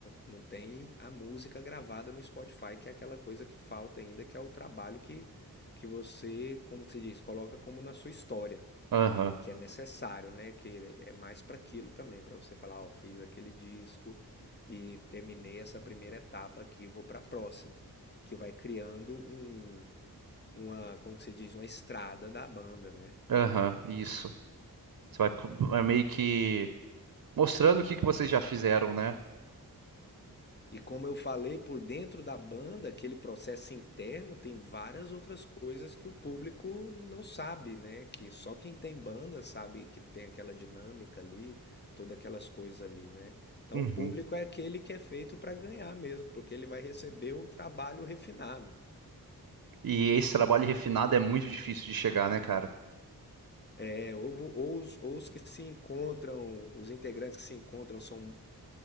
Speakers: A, on the left; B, on the right.
A: não tem a música gravada no Spotify, que é aquela coisa que falta ainda, que é o trabalho que, que você, como que se diz, coloca como na sua história,
B: Aham,
A: que é necessário, né? Que é mais para aquilo também, para você falar, ó, fiz aquele disco e terminei essa primeira etapa aqui, vou para a próxima, que vai criando um, uma, como que se diz, uma estrada da banda, né?
B: aham, isso. Você vai co- é meio que mostrando o que que vocês já fizeram, né?
A: E como eu falei, por dentro da banda, aquele processo interno tem várias outras coisas que o público não sabe, né? Que só quem tem banda sabe que tem aquela dinâmica ali, todas aquelas coisas ali, né? Então
B: Uhum.
A: o público é aquele que é feito para ganhar mesmo, porque ele vai receber o trabalho refinado.
B: E esse trabalho refinado é muito difícil de chegar, né, cara?
A: É, ou, vo- ou os, ou os que se encontram, os integrantes que se encontram são